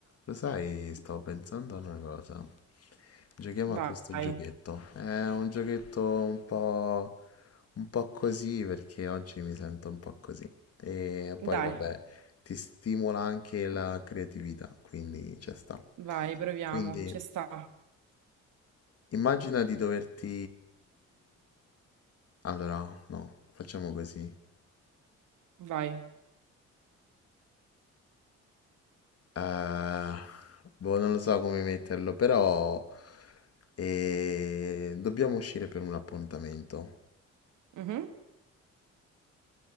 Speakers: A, on the left (about 50°); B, on the right (about 80°).
A: Lo sai, stavo pensando ad una cosa. Giochiamo a
B: Vai,
A: questo giochetto. È un giochetto un po', un po' così perché oggi mi sento un po' così. E
B: dai,
A: poi, vabbè, ti stimola anche la creatività, quindi ci sta.
B: vai, proviamo,
A: Quindi,
B: ci sta,
A: immagina di doverti... Allora, no, facciamo così.
B: vai.
A: Eh, boh, non lo so come metterlo, però eh, dobbiamo uscire per un appuntamento.
B: Mhm.